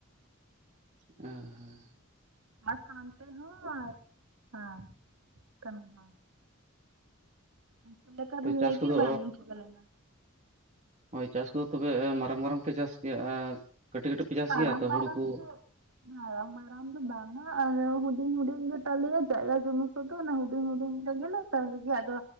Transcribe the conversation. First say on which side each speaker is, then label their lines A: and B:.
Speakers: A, on the right; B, on the right.
A: ᱚ ᱦᱮᱸ᱾
B: ᱟᱪᱶᱷᱟ ᱱᱚᱱᱛᱮ ᱦᱚᱸ ᱦᱟᱸ ᱠᱟᱱᱟᱢ ᱦᱟᱸ᱾ ᱪᱮᱫᱽ ᱞᱮᱠᱟ
A: ᱛᱚ
B: ᱵᱤᱱ
A: ᱪᱟᱥ
B: ᱞᱟᱹᱭ ᱠᱮᱫ
A: ᱠᱚᱫᱚ
B: ᱵᱟᱭ ᱟᱸᱡᱚᱢ ᱴᱦᱤᱠᱟᱹ ᱞᱮᱱᱟ᱾
A: ᱦᱳᱭ ᱪᱟᱥ ᱠᱚᱫᱚ ᱛᱚᱵᱮ ᱮ ᱢᱟᱨᱟᱝᱼᱢᱟᱨᱟᱝ ᱯᱮ ᱪᱟᱥ ᱜᱮᱭᱟ ᱟ ᱠᱟᱹᱴᱤᱡᱼᱠᱟᱹᱴᱤᱡ ᱯᱮ ᱪᱟᱥ
B: ᱢᱟᱨᱟᱝ
A: ᱜᱮᱭᱟ ᱛᱚ
B: ᱢᱟᱨᱟᱝ
A: ᱦᱩᱲᱩ ᱠᱚ
B: ᱫᱚ ᱢᱟᱨᱟᱝ ᱢᱟᱨᱟᱝ ᱫᱚ ᱵᱟᱝᱟ ᱟᱞᱮ ᱦᱩᱰᱤᱧ-ᱦᱩᱰᱤᱧ ᱜᱮ ᱛᱟᱞᱮᱭᱟ ᱡᱟᱭᱜᱟ ᱡᱚᱢᱤ᱾ ᱠᱚᱫᱚ ᱚᱱᱟ ᱦᱩᱰᱤᱝ ᱦᱩᱰᱤᱝ ᱞᱮ ᱜᱮᱞᱮ ᱪᱟᱥ ᱜᱮᱭᱟ ᱟᱫᱚ